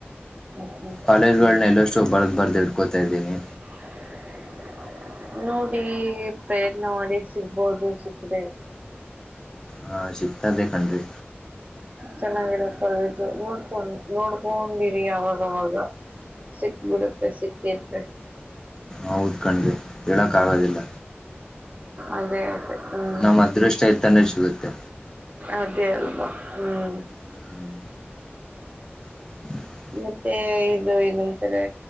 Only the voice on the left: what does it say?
ಕಾಲೇಜ್ಗಳನ್ನ ಎಲ್ಲ ಲೀಷ್ಟು ಬರ್ದ ಬರ್ದ ಇಡ್ಕೊತಾ ಇದ್ದೀನಿ
ಹಾ ಸಿಗ್ತದೆೇ ಕನರಿ
ಹೌದ್ಕಣ್ರಿ ಹೇಳಕ್ ಆಗೋದಿಲ್ಲ
ನಮ್ಮ್ ಅದೃಷ್ಟ ಇದ್ದಾನೆ ಸಿಗುತ್ತೆ.
ಹ್ಮ್ <unintelligible>